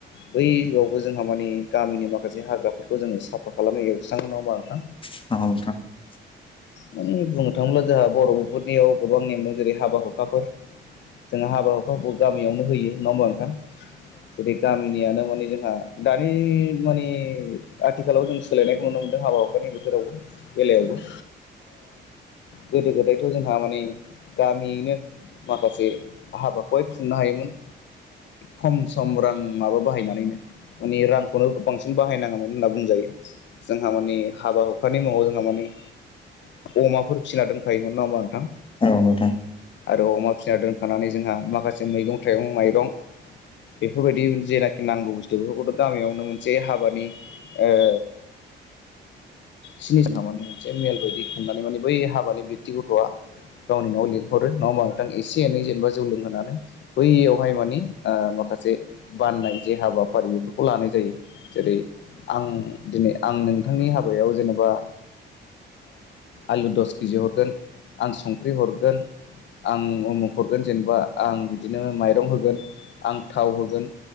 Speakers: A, on the left; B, on the left.
A: बैआवबो जोंहा मानिे गामिनि माखासे हाग्राफोरखौ जोङो साफा खालामो एवस्राङो नङा होनबा नोंथां।
B: <unintelligible>
A: माने बुंनो थाङोब्ला जोंहा बर'फोरनियाव गोबां नेम दं जेरै हाबा हुखाफोर जोंहा हाबा हुखाखौ गामियावनो होयो नङा होमबा नोंथां जेरै गामिनियानो माने जोंहा दानि माने आथिखालाव जों सोलायनायखौ नुनो मोन्दों हाबा हुफानि बोथोरावबो बेलायावबो गोदो गोदायथ' जोंहा माने गामियैनो। माखासे हाबाखौहाय खुंनो हायोमोन। खम सम रां माबा बाहायनानैनो मानानि रांखौनो बांसिन बाहायनाङामोन होनना बुंजायो जोंहा मानि हाबा हुखानि मुङाव जोंहा मानि अमाफोर फिना दोनखायोमोन नङा होमबा नोंथां।
B: औ नोंथां।
A: आरो अमा फिना दोनखानानै जोंहा माखासे मैगं थाइगं माइरं बेफोरबायदि जेनाखि नांगौ बुस्थु बेफोरखौथ' गामियावनो मोनसे हाबानि ओ सिनि साहा मानि मोनसे मेल बायदि खुंनानै माने बै हाबानि बेक्ति गथ'आ गावनि न'आव लिंहरो नङाोमा नोंथां एसे एनै जेनेबा जौ लोंहोनानै। बैयावहाय मानि माखासे बाननाय जे हाबाफारि बेफोरखौ लानाय जायो। जेरै आं दिनै आं नोंथांनि हाबायाव जेनेबा आलु दस केजि हरगोन आं संख्रि हरगोन आं उमुख हरगोन जेनेबा आं बिदिनो माइरं होगोन आं थाव होगोन